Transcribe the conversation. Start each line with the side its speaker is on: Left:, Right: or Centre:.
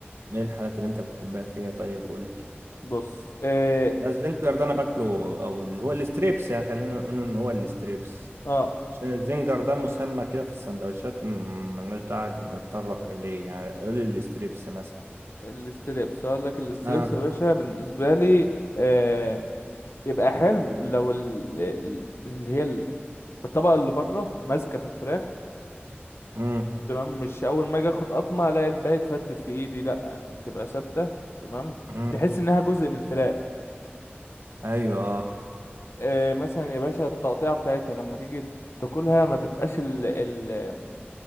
Right: ايه الحاجات اللي انت بتحبها فيها طيب قول لي
Left: بص اه,
Right: لا، الزنجر ده انا باكله او اللي هو الستريبس يعني خلينا نقول ان هو الستريبس
Left: آه.
Right: عشان الزنجر ده مسمى كده في السندوتشات م- ملناش داعي نتطرق اليه يعني قول لي الستريبس مثلا
Left: الاستريبس هقول لك الاستريبس
Right: اه
Left: يا باشا بالنسبه لي آه يبقى حلو لو ال- ال- اللي هي ال- الطبقه اللي بره ماسكه في الفراخ
Right: مم.
Left: تمام مش اول ما اجي اخد قطمه الاقي الباقي اتفتت في ايدي لا يعني تبقى ثابته تمام
Right: مم.
Left: تحس انها جزء من الفراخ
Right: ايوه اه
Left: آه مثلا يا باشا التقطيعه بتاعتها لما تيجي تاكلها ما تبقاش ال ال